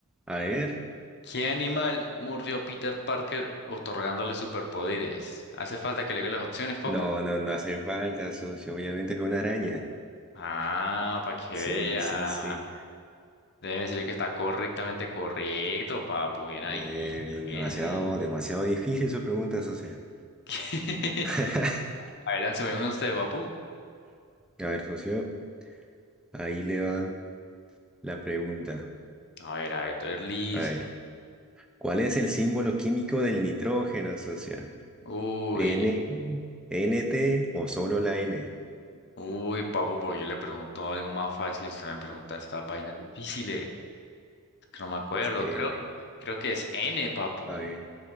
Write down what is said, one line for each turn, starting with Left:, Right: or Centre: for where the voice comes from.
Centre: A ver.
Left: ¿Qué animal murió Peter Parker otorgándole superpoderes? ¿Hace falta que le diga las opciones, papu?
Centre: No, no, no hace falta, socio. Obviamente es una araña.
Left: Ah, para que
Centre: Sí,
Left: vea.
Centre: sí, sí.
Left: Debe decirle que está correctamente correcto, papu. Bien
Centre: Eh,
Left: ahí, bien
Centre: bien, demasiado,
Left: ahí.
Centre: demasiado difícil su pregunta, socio.
Left: <laughs>
Centre: <laughs>
Left: A ver, lánceme uno usted, papu.
Centre: A ver, socio, ahí le va la pregunta.
Left: A ver, a ver, estoy listo.
Centre: A ver, ¿cuál es el símbolo químico del nitrógeno, socio?
Left: Uy,
Centre: N I, N T o solo la N?
Left: uy, papu, pero yo le pregunto algo más fácil y usted me pregunta esta vaina difícil. eh. Que no me acuerdo,
Centre: Es que,
Left: creo, creo que es N, papu.
Centre: a ver.